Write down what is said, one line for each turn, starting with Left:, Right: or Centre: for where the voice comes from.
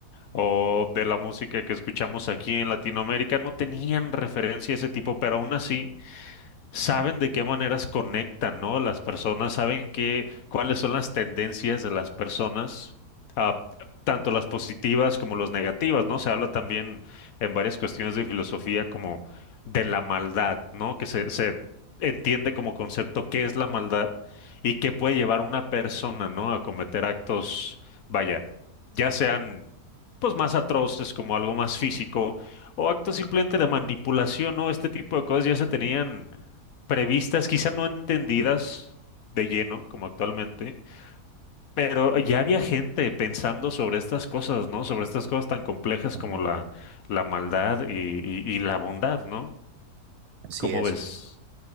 Left: o de la música que escuchamos aquí en Latinoamérica, no tenían referencia a ese tipo, pero aún así saben de qué maneras conectan, ¿no? Las personas saben qué, cuáles son las tendencias de las personas, ah, tanto las positivas como las negativas, ¿no? Se habla también en varias cuestiones de filosofía como de la maldad, ¿no? Que se, se entiende como concepto qué es la maldad y qué puede llevar a una persona, ¿no? A cometer actos, vaya ya sean pues más atroces, como algo más físico, o actos simplemente de manipulación, ¿no? Este tipo de cosas ya se tenían previstas, quizá no entendidas de lleno, como actualmente, pero ya había gente pensando sobre estas cosas, ¿no? Sobre estas cosas tan complejas
Right: ujú.
Left: como la, la maldad y, y- y la bondad, ¿no?
Right: Así
Left: ¿Cómo
Right: es.
Left: ves?